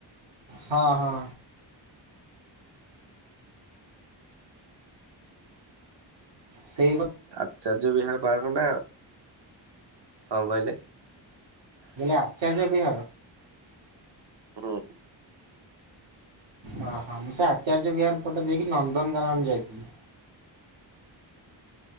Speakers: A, on the right; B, on the right.
A: ହଁ ହଁ ସେଇ
B: ଆଚାର୍ଯ୍ୟ ବିହାର ପାର୍କ ନା କଁ କହିଲେ
A: ଆ ଚାରଜ ବିି
B: ହଁ
A: ଓ ହଁ ମୁଁ ସେ ଆଚାର୍ଯ୍ୟ ବିହାର ଫଟୋ ଦେଇକି ନନ୍ଦନକାନନ ଯାଇଥିଲି